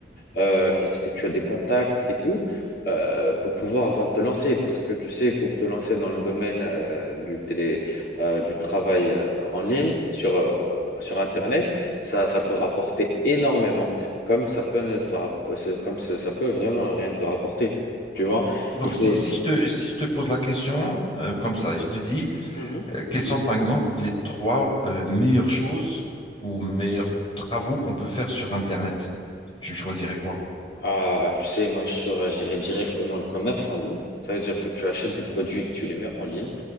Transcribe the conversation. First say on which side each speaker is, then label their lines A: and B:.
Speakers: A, on the left; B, on the left.
A: Euh, est-ce que tu as des contacts et tout euh, pour pouvoir avant de te lancer parce que tu sais pour te lancer dans le domaine euh, du télé euh, du travail euh, en ligne sur euh, sur Internet ça, ça peut rapporter énormément comme ça peut ne te rapp- ce- comme ce- ça peut vraiment rien te rapporter tu vois
B: Donc,
A: il faut
B: si, si je te, si je te pose la question euh, comme ça, je te dis
A: Mhm.
B: euh, quelles sont par exemple les trois euh, meilleures choses ou meilleurs travaux qu'on peut faire sur Internet. Tu choisirais quoi?
A: ah bah tu sais moi je choisirais directement le commerce en ligne ça veut dire que tu achètes des produits que tu les mets en ligne